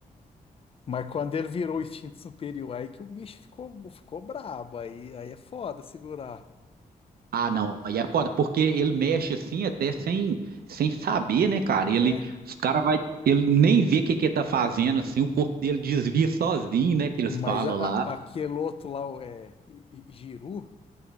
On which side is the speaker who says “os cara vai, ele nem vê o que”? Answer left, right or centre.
Right